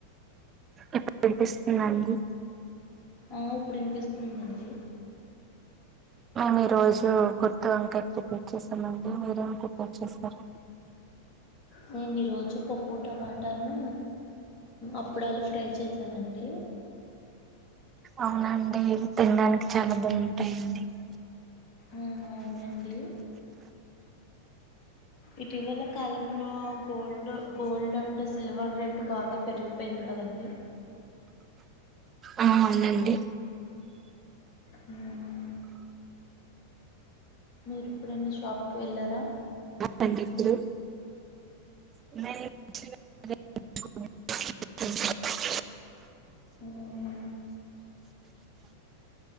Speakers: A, on the right; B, on the left.
A: ఇప్పుడు వినిపిస్తుందా అండి
B: ఆ ఇప్పుడు వినిపిస్తుందండి
A: మీ రోజు గుత్తి వంకాయ ప్రిపేర్ చేసామండి మీరేమి ప్రిపేర్ చేశారు
B: నేను ఈరోజు పప్పు టమాటాను అప్పుడాలు ఫ్రై చేశానండి
A: అవునండి తినడానికి చాలా బాగుంటాయండి <inaudible>
B: ఆ అవునండి ఇటీవల కాలంలో gold gold and silver rate బాగా పెరిగిపొ పెయిన్ కదండి
A: ఆ అవునండి
B: హ మీరు ఎప్పుడన్నా షాప్ కి వెళ్ళారా
A: కందిప్పు <unintelligible> మ <unintelligible>
B: మ్మ్.